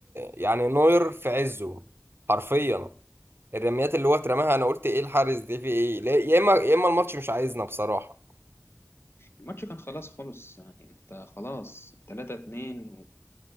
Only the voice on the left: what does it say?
الماتش كان خلاص خلص يعني انت خلاص 3 2